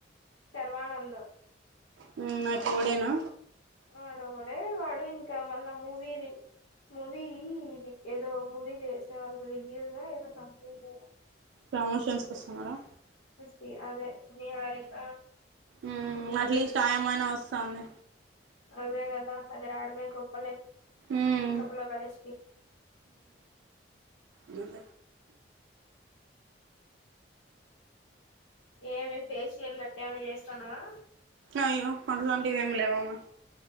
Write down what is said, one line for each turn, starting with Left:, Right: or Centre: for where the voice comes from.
Left: శర్వానంద్
Right: హు మరి పోవుడేనా
Left: ఆడోగాడే వాడు ఇంకా మళ్ళా మూవీ ది మూవీ ఇది ఏదో మూవీ చేసేవాళ్ళు రివ్యూ దా ఏదో సంథింగ్
Right: ప్రమోషన్స్కి వస్తున్నారా
Left: ని అదే నిహారిక
Right: ఉమ్
Left: డి
Right: అట్లీస్ట్
Left: జె టిల్లు
Right: ఆయమైనా వస్తాంది
Left: అదేగదా అదిరాడమే గోప్పలే
Right: ఉమ్
Left: పప్పులో కాలేసుంటి
Right: అద
Left: ఏమి ఫేషియల్ నట్టేమైన్నా చేస్తాన్నవా
Right: అయ్యో అట్లాంటివి ఏం లేవామా